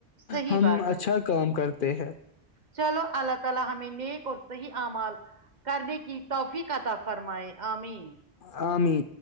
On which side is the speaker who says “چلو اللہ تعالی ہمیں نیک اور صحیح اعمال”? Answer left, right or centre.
Right